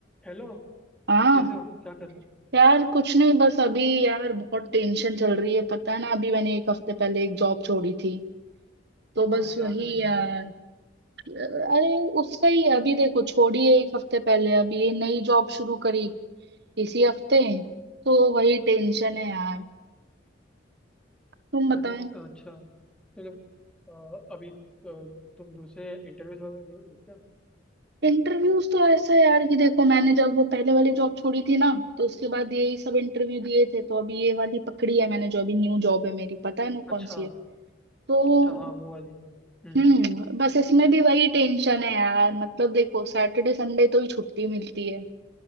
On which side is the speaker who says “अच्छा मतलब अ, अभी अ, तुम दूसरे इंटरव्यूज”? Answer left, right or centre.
Centre